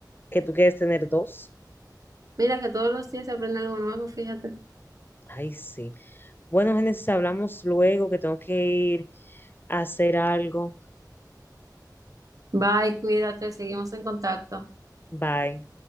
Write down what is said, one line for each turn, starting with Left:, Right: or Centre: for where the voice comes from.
Left: que tú quieres tener dos.
Right: Mira que todos los días se aprende algo nuevo, fíjate.
Left: Ay, sí. Bueno, Génesis, hablamos luego, que tengo que ir a hacer algo.
Right: Bye, cuídate, seguimos en contacto.
Left: Bye.